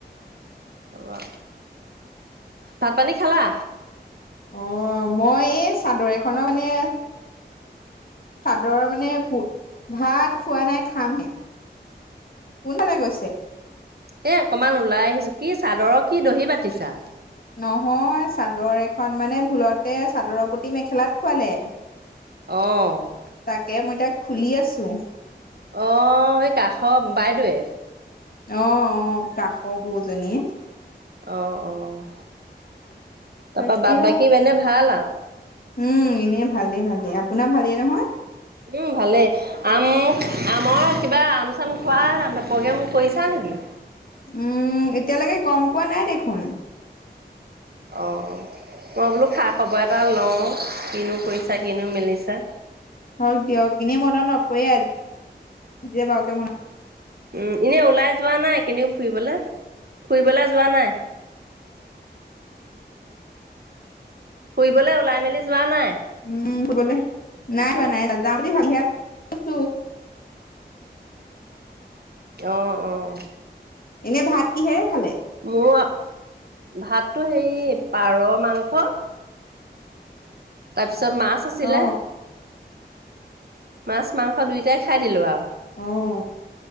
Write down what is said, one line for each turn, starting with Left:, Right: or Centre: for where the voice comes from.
Right: <inaudible> ভাত, পানী খালা?
Left: অ', মই এই চাদৰ এখনৰ মানে চাদৰ মানে ভাত খোৱা নাই খামহে। কোনফালে গৈছে।
Right: এ অকনমান ওলাই আহিছোঁ কি চাদৰৰ কি দহি বাতিছা।
Left: নহয় চাদৰ এখন মানে ভুলতে চাদৰ প্ৰতি মেখেলাত খুৱালে
Right: অ'।
Left: তাকে মই তাক খুলি আছোঁ।
Right: অ', সেই কাষৰ বাইদেৱে
Left: অ', অ', কাষৰ বৌজনীয়ে
Right: অ', অ'। তাৰপা
Left: তাকে
Right: বাট বাকী এনে ভাল আৰু
Left: উম এনে ভালেই, ভালেই আপোনাৰ ভালেই নহয়।
Right: উম ভালে। আম আমৰ কিবা আম চাম খোৱা প্ৰগ্ৰেম কৰিছা নেকি।
Left: উম, এতিয়ালৈকে গ'ম পোৱা নাই দেখোন।
Right: অ', মই বোলো খা খবৰ এটা লওঁ কিনো কৰিছা কিনো মেলিছা।
Left: হওঁক দিয়ক এনেই মনত নপৰে আজি বাৰকে মন
Right: উম, এনেই ওলাই যোৱা নাই কেনেও ফুৰিবলৈ ফুৰিবলৈ যোৱা নাই। ফুৰিবলৈ ওলাই মেলি যোৱা নাই।
Left: উম, বোলে নাই, নাই যাওঁ ভছ।
Right: অ', অ'।
Left: এনে ভাত কিহেৰে খালে?
Right: মোৰ ভাততো হেৰি পাৰ মাংস। তাৰপিছত মাছ আছিলে।
Left: অ
Right: মাছ মাংস দুইোটাই খাই দিলোঁ আৰু।
Left: অ',